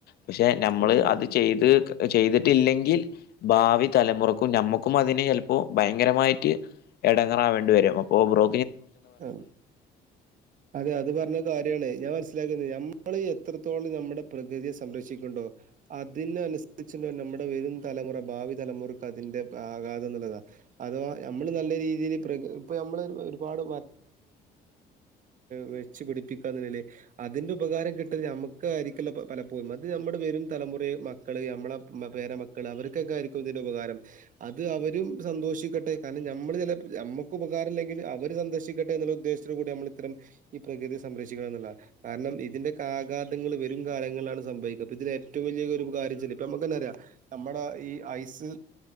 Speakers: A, on the left (about 70°); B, on the right (about 50°).
A: പക്ഷെ നമ്മള്
B: അതെ
A: അത് ചെയ്ത് ചെയ്തി ില്ലെങ്കിൽ ഭാവി തലമുറക്കും നഞമ്മക്കും അതിന് ചിലപ്പോ ഭയങ്കരമായിട്ട് എടങ്ങറാവ വേണ്ടി വരും അപ്പോ ബ്രോ
B: ആ അതെ അത് പറഞ്ഞ ഞാൻ മനസ്സിലാക്കുന്നത് നമ്മൾ എത്രത്തോളം നമ്മുടെ പ്രകൃതിയെ സംരക്ഷിക്കണ്ടോ അതിനനു നമ്മുടെ വരും തലമുറ ഭാവി തലമുറക്ക് അതിന്റെ ആഘാതം എന്നുള്ളതാണ് അഥവാ നമ്മള് നല്ല രീതി നമ്മ ഒരുപാട് വെ പിടിപ്പിക്ക അതിന്റെ ഉപകാരം കിട്ട നമക്ക് പലപ്പോഴും അത് നമ്മുടെ വെരും തലമുറെ മക്കള് നമ്മെ പേര മക്കള് അവർക്കൊക്കെ ആയിരിക്കുംതി ഉപകാരം അത് അവരും സന്തോഷിക്കട്ടെ കാരണം നമ്മള് ചില നമ്മുക്ക് ഉപകാരമില്ലെങ്കിൽ അവ സന്തോിക്ക ട്ടെ എന്നുള്ള ഉദ്ദേശത്തോ കൂടി നമ്മൾ ഇത്തരം ഈ പ്രകൃതിയെ സംരക്ഷിക്കണം എന്നുള്ള കാരണം ഇതിന്റെ ആഘാതങ്ങൾ വരും കാലങ്ങളിലാണ് സംഭവിക്കുക അ ഇതിന് ഏറ്റവും വലിയ കാര്യം ഇ നമുന്താറ നമ്മുടെ ഈ ഐസ്